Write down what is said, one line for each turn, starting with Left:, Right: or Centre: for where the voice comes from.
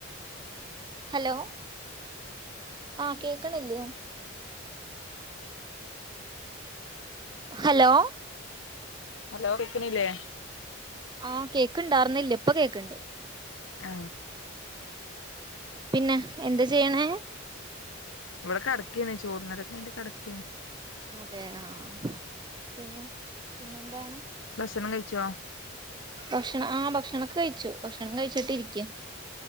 Right: ഹലോ ആ കേക്കണില്ലേ ഹലോ
Left: ഹലോ കേക്കുന്നില്ലേ
Right: ആ കേക്കിണ്ടാർന്നില്ല ഇപ്പൊ കേക്കിണ്ട്
Left: ആ
Right: പിന്നെ എന്ത് ചെയ്യണേ
Left: ഇവിടെ കടയ്ക്കാണ് ചോറുന്നരൊക്കെ കഴിഞ്ഞു കിടയ്ക്കാണ്
Right: അതെ ആഹ് പിന്നെ പിന്നെ എന്താണ്
Left: ഭക്ഷണം കഴിച്ചോ
Right: ഭക്ഷണം ആഹ് ഭക്ഷണൊക്കെ കഴിച്ചു ഭക്ഷണം കഴിച്ചിട്ട് ഇരി <unintelligible>